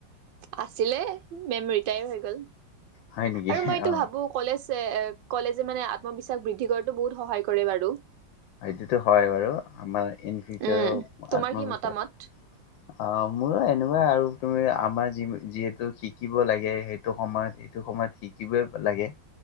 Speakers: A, on the right; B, on the left.
A: আছিলে মেম ৰিটায়াৰ হৈ গ'ল
B: হয় নেকি
A: আৰু মই এটো
B: অ
A: ভাবো কলেজ, কলেজে মানে আত্মবিশ্বাস বৃদ্ধি কৰাতো বহুত সহায় কৰে বাৰু।
B: সেইটোতো হয় বাৰু আমাৰ ইন ফিউচাৰৰ
A: উম তোমাৰ
B: আত্মবিশ্বাস
A: কি মতামত
B: অ', মোৰো এনেকুৱাই আৰু তুমি আমাৰ যিহেতু শিকিব লাগে সেইটো সময়ত এইটো সময়ত শিকিবই লাগে